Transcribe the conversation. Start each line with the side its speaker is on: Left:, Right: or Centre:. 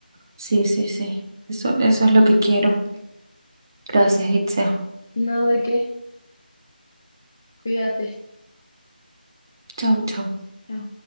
Right: Sí, sí, sí. Eso, eso es lo que quiero. Gracias, Itzia.
Left: No, ¿de qué? Cuídate.
Right: Chau, chau.
Left: Chao.